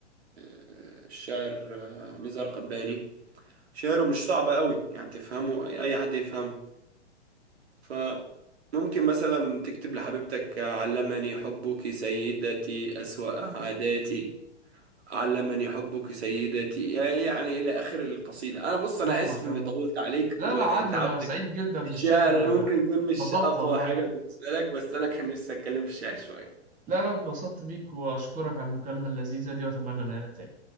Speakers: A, on the right; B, on the right.
A: آه، الشاعر آه، نزار قباني شعره مش صعب قوي يعني تفهمه اي أي حد يفهمه فممكن مثلا تكتب لحبيبتك علمني حبك سيدتي أسوأ عاداتي علمني حبك سيدتي يعني يعني إلى آخر القصيدة أنا بص أنا
B: فاهمك
A: آسف إني
B: اه
A: طولت عليك
B: لا
A: وتعبتك
B: لا عادي انا سعيد جدا
A: الشعر
B: بالشعر ده
A: ممكن
B: انا
A: يكون مش
B: اتبسطت
A: أقوى
B: والله
A: حاجة بالنسبة لك بس أنا كان نفسي أتكلم في الشعر شوية
B: لا لا اتبسطت بيك واشكرك على المكالمة اللذيذة دي واتمنى نعيدها تاني